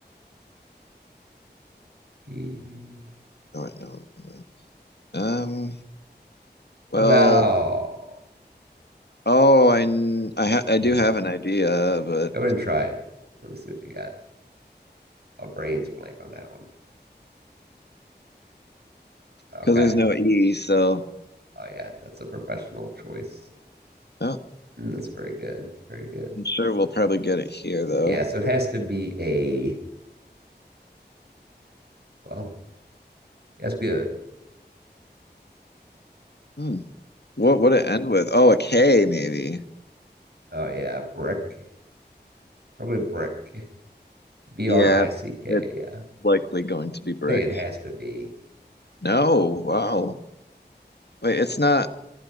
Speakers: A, on the right; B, on the left.
A: P
B: All right, no. no. Um, well,
A: about
B: oh, I kn- I ha I
A: hmm,
B: do have an idea, but
A: go ahead and try it. Let me see what you got. My brain's blank on that one. Okay.
B: because there's no E, so
A: Oh yeah, that's a professional choice.
B: oh,
A: Mm, that's very good. Very good.
B: I'm sure we'll probably get it here though.
A: Yeah, so it has to be a well, it has to be a
B: Hmm. What
A: mm,
B: would it end with? Oh, a K maybe.
A: oh yeah, brick. Probably brick. B
B: Yeah,
A: R I C K,
B: it's
A: yeah.
B: likely going to be brick.
A: I think it has to be
B: No, wow. Wait, it's not